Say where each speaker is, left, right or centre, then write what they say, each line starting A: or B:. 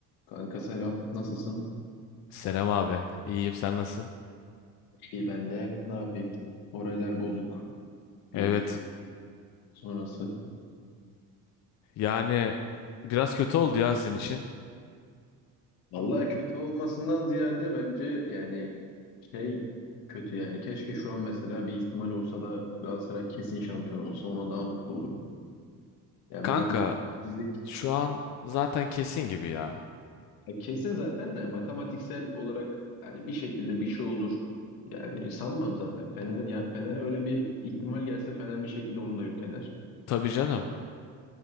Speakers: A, on the left; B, on the left.
A: Kanka selam. Nasılsın?
B: Selam abi. İyiyim sen nasılsın?
A: İyi ben de. Ne yapayım? Moraller bozuk. Bir
B: Evet.
A: sonrası.
B: Yani biraz kötü oldu ya sizin için.
A: Vallahi kötü olmasından ziyade bence yani şey kötü yani. Keşke şu an mesela bir ihtimal olsa da Galatasaray kesin şampiyon olsa ona daha mutlu olurum. Ya
B: Kanka
A: böyle bu mutsuzluk
B: şu an zaten kesin gibi ya.
A: ya kesin zaten de matematiksel olarak yani bir şekilde bir şey olur. Yani sanmam zaten Fener'in ya Fener'e öyle bir ihtimal gelse Fener bir şekilde onu da yok eder.
B: Tabii canım.